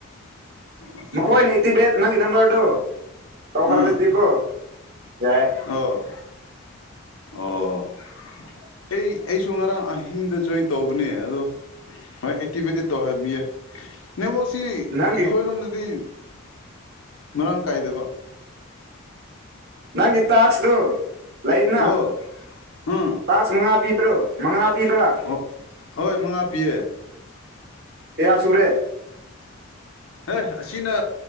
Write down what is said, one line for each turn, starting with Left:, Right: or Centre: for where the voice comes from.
Left: ꯑꯠꯆꯥ
Right: ꯃꯈꯣꯏꯅ ꯑꯦꯛꯇꯤꯚꯦꯠ ꯅꯪꯒꯤ ꯅꯝꯕꯔꯗꯣ ꯇꯧꯍꯜꯂꯗꯤꯀꯣ
Left: ꯎꯝ
Right: ꯌꯥꯏ
Left: ꯑꯣ ꯑꯣ ꯑꯩ ꯑꯩꯁꯨ ꯉꯔꯥꯡ ꯑꯍꯤꯡꯗ ꯖꯣꯏꯟ ꯇꯧꯕꯅꯦ ꯑꯗꯣ ꯍꯣꯏ ꯑꯦꯇꯤꯕꯦꯠꯗꯤ ꯇꯧꯍꯟꯕꯤꯌꯦ ꯅꯦꯋꯥꯛꯁꯤ
Right: ꯅꯪꯒꯤ
Left: ꯑꯩꯈꯣꯏꯔꯣꯝꯗꯗꯤ ꯃꯔꯥꯡ ꯀꯥꯏꯗꯕ
Right: ꯅꯪꯒꯤ ꯇꯥꯛꯁꯇꯨ ꯂꯩꯅ
Left: ꯑꯣ ꯎꯝ
Right: ꯇꯥꯛꯁ ꯃꯉꯥ ꯄꯤꯕ꯭ꯔꯣ ꯃꯉꯥ ꯄꯤꯕ꯭ꯔꯥ
Left: ꯑꯣ ꯍꯣꯏ ꯃꯉꯥ ꯄꯤꯌꯦ
Right: ꯀꯌꯥ ꯁꯨꯔꯦ
Left: ꯍꯦ ꯑꯁꯤꯅ